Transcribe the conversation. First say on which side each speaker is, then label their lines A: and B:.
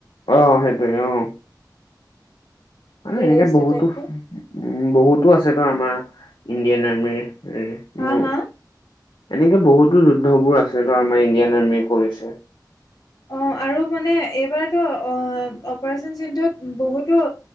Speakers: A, on the left; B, on the left.
A: অ সেইটোৱে অ। আৰু
B: টেৰিষ্ট
A: এনেকে বহুতো
B: এটেকটো
A: উ বহুতো আছে তো আমাৰ ইণ্ডিয়ান আৰ্মিৰ
B: হা
A: ন
B: হা
A: এনেকে বহুতো যুদ্ধবোৰ আছে ন আমাৰ ইণ্ডিয়ান আৰ্মি কৰিছে
B: অ আৰু মানে এইবাৰতো অ অপাৰেচন চিধত বহুতো